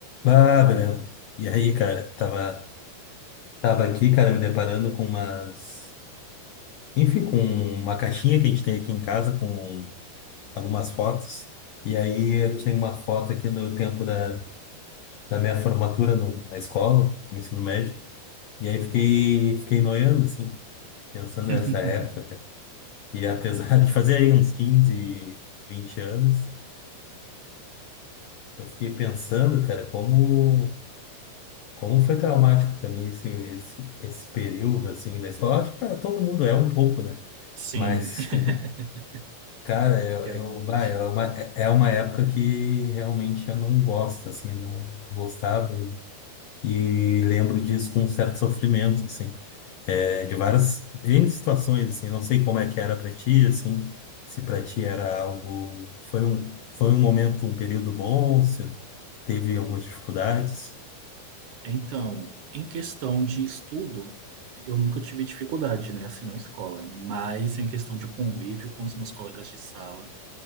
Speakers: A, on the left; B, on the right.
A: Ah, Brenda. E aí, cara, tava, tava aqui, cara, me deparando com umas. Enfim, com uma caixinha que a gente tem aqui em casa com algumas fotos. E aí eu tinha uma foto aqui do tempo da, da minha formatura no- na escola, no ensino médio. E aí fiquei, fiquei noiando, assim, pensando
B: <laughs>
A: nessa época, cara. E apesar <laughs> de fazer aí uns 15 20 anos, eu fiquei pensando, cara, como. Como foi traumático para mim esse, esse, esse período assim da escola? Acho que para todo mundo é um pouco, né?
B: Sim,
A: Mas,
B: <laughs>
A: <laughs> cara, eu,
B: realmente.
A: eu, vai, é uma, é uma época que realmente eu não gosto, assim, não gostava e, e lembro disso com um certo sofrimento, assim, é, de várias N situações, assim, não sei como é que era para ti, assim, se para ti era algo, foi um, foi um momento, um período bom, se teve algumas dificuldades.
B: Então, em questão de estudo, eu nunca tive dificuldade, né, assim, na escola, mas em questão de convívio com os meus colegas de sala,